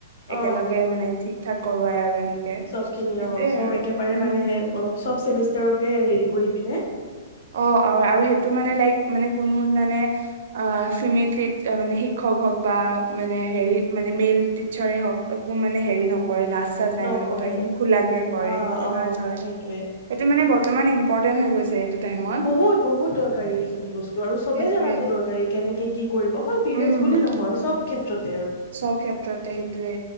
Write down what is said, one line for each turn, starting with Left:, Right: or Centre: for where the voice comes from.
Left: অ
Right: একেলগে মানে ঠিক ঠাক কৰোৱাই আৰু এনেকে-
Left: চব খিনি
Right: সেইটোয়ে
Left: অ চব
Right: আৰু
Left: একেবাৰে
Right: উম
Left: মানে অ চব চেমিষ্টাৰকে হেৰি কৰি পিনে
Right: অ অ আৰু সেইটো মানে লাইক মানে কোনো মানে অ ফিমেল টি মানে শিক্ষক হওক বা মানে হেৰি মানে মেল টিচাৰে হওক একো মানে হেৰি নক, কৰে লাজ চাজ নাই
Left: নকৰে
Right: মানে কথা খিনি খোলাকে কৰে
Left: অ
Right: সেইটোয়ে
Left: অ
Right: ভাল হয়।
Left: সেইটোৱে
Right: সেইটো মানে ব ত মানে ইম্পৰ্টেণ্ট হৈ গৈছে। এইটো টাইমত
Left: বহুত বহুত দৰকাৰী এইখিনি বস্তু আৰু চবে
Right: সেইটোয়ে
Left: জানাতো দৰকাৰী, কেনেকে কি কৰিব অকল পিৰিয়ডছ
Right: উম
Left: বুলি নহয় চব ক্ষেত্ৰত।
Right: চব ক্ষেত্ৰতে সেইটোয়ে